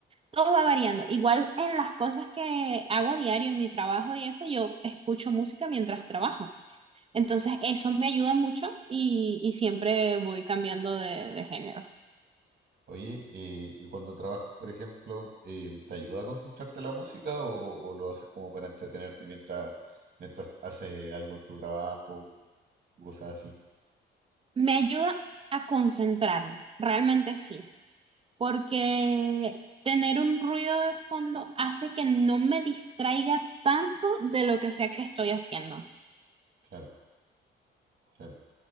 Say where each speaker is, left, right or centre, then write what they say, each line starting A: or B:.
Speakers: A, on the right (about 30°); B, on the right (about 45°).
A: Todo va variando. Igual en las cosas que hago a diario en mi trabajo y eso, yo escucho música mientras trabajo. Entonces eso me ayuda mucho y, y siempre voy cambiando de, de géneros.
B: Oye, eh, y cuando trabajas, por ejemplo, eh, ¿te ayuda a concentrarte la música o, o lo haces como para entretenerte mientras, mientras haces algo en tu trabajo o cosas así?
A: Me ayuda a concentrarme, realmente sí, porque tener un ruido de fondo hace que no me distraiga tanto de lo que sea que estoy haciendo.
B: Claro, claro.